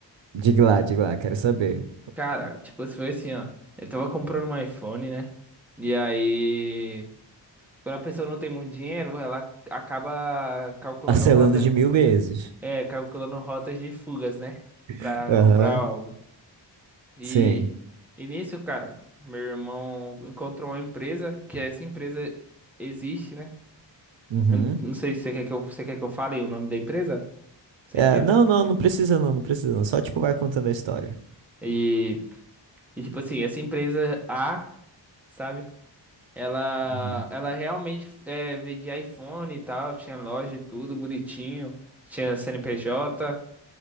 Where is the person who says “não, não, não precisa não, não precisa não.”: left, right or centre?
Right